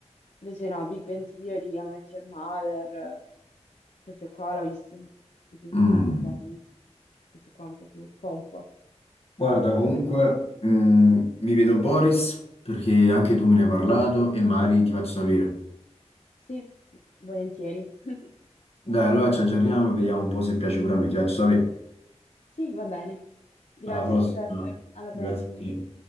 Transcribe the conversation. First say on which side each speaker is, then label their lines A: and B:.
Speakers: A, on the left (about 75°); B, on the left (about 60°).
A: Invece no, Big Bang Theory, How I Met Your Mother, eh, queste qua l'ho viste un po' tutte,
B: Mm.
A: anche Friends, queste qua un po' più comfort.
B: Guarda, comunque,
A: <laughs>
B: mm, mi vedo Boris, perché anche tu me ne hai parlato e magari ti faccio sapere.
A: Sì, volentieri. <laughs>
B: Dai, allora ci aggiorniamo e vediamo un po' se piace pure a me. Ti faccio sapere.
A: Sì, va bene. Grazie
B: Alla prossima.
A: Giuseppe, alla
B: Grazie
A: prossima.
B: a te.